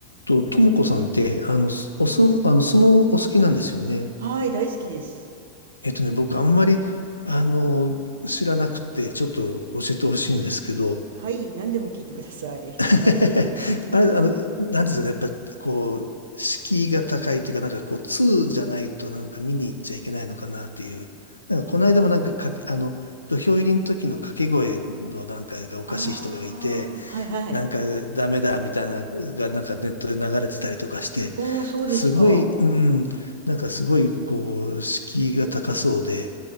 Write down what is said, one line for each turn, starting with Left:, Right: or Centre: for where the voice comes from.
Left: と、ともこさんって、あの、すおそ、あの、相撲お好きなんですよね。
Right: はい、大好きです。
Left: えっとね、僕あんまり、あの、知らなくて、ちょっと教えてほしいんですけど、
Right: はい、何でも聞いてください。
Left: <laughs>
Right: <laughs> はい。
Left: あれ、あの、なんていうんですかね、
Right: うん。
Left: やっぱ、こう、敷居が高いというか、なんかこう、通じゃないとなんか見に行っちゃいけないのかなっていう。なんかこの間もなんかかけ、あの、土俵入りの時の掛け声のなんかがおかしい人がいて、
Right: ああ、はいはい。
Left: なんかダメだみたいなのがなんかネットで流れてたりとかして、
Right: ああ、そうですか。
Left: すごい、うん、なんかすごいこう、敷居が高そうで、